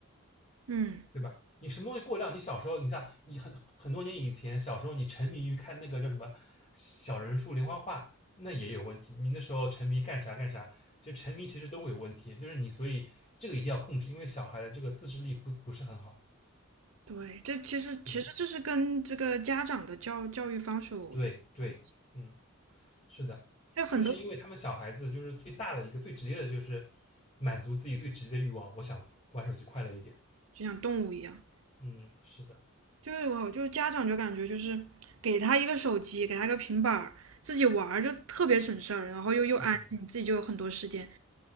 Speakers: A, on the right; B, on the left.
A: 嗯，
B: 对吧？你什么东西过量？你小时候，你像你很很多年以前，小时候你沉迷于看那个叫什么小人书连环画，那也有问题。你那时候沉迷干啥干啥，就沉迷其实都会有问题。就是你，所以这个一定要控制，因为小孩的这个自制力不不是很好。
A: 对，这其实其实这是跟这个家长的教教育方式有关，
B: 嗯，对对，嗯，是的，
A: 还有很多
B: 就是因为他们小孩子就是最大的一个最直接的就是满足自己最直接的欲望，我想玩手机快乐一点。
A: 就像动物一样。
B: 嗯，是的，
A: 就是我就家长就感觉就是给他一个手机，给他一个平板儿，自己玩儿就特别省事儿，然后又又安静，
B: 嗯。
A: 自己就有很多时间，